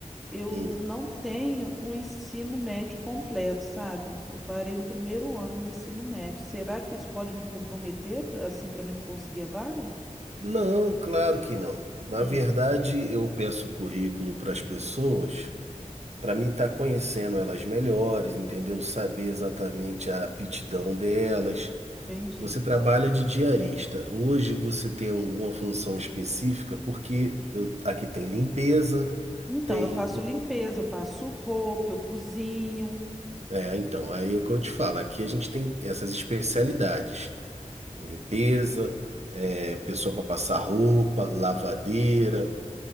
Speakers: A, in the centre; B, on the right.
A: Eu
B: Hum.
A: não tenho um ensino médio completo, sabe? Eu parei no primeiro ano do ensino médio. Será que isso pode me comprometer, pra- assim, para mim não conseguir a vaga?
B: Não, claro que não. Na
A: Hum,
B: verdade, eu peço o currículo para as pessoas para mim estar conhecendo elas melhores, entendeu? Saber exatamente a aptidão delas.
A: entendi.
B: Você trabalha de diarista. Hoje você tem alguma função específica? Porque eu- aqui tem limpeza,
A: Então,
B: tem.
A: eu faço limpeza, eu passo roupa, eu cozinho.
B: É, então, aí é o que eu te falo. Aqui a gente tem essas especialidades: limpeza, é, pessoa para passar roupa, lavadeira.